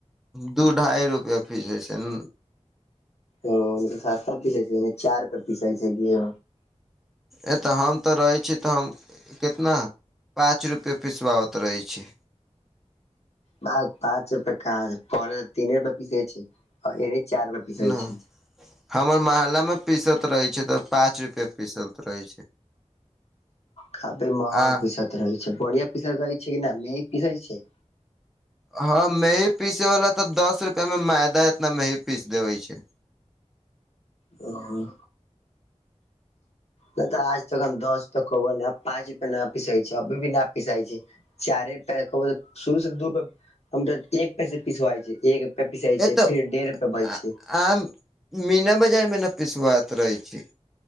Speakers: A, in the centre; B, on the left (about 60°).
A: दू ढाइ रुपआ फीस ह छै ने
B: ओ सास्ता पीसाय छै चार पे पीसाय छै ग
A: ए तऽ हम तऽ रहै छी तऽ हम कितना पाँच रुपे पिसबाबत रहै छै
B: पाँच रुप काज प तीने रुप पीसे छै एे चार रुप पीसै
A: न
B: छै
A: हमर मोहल्लामे पीसल रहै छै तऽ पाँच रुप पीसत रहै छै
B: काफी महग
A: आ
B: पीसैत रहै छै बढ़िया पीसैत रहै छै कि नहि मेी पीसैत छै
A: हँ मेंही पीसे वाल तऽ दस रुपआ मे मैदा एतना मेही पीस देवे छै
B: हॅं
A: <inaudible>
B: नहि तऽ आज तक हम दस तक कहबै ल पाँच रुपे नहि पीसै छै अभी भी नहि पीस छै चारे पै क शुरू से दूर हम त एक प पिसवाय छै एक रुप पिसा
A: ए
B: छै
A: तऽ
B: फर डेढ़ रुपआ भय
A: आ
B: जाय छै
A: आम मीना बजारमे नह पिसबाकैत रहै छी